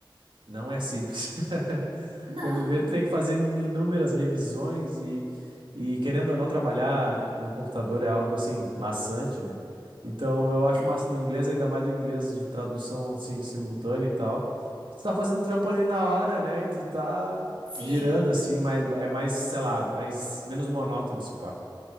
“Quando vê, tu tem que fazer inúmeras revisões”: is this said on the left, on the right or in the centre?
Right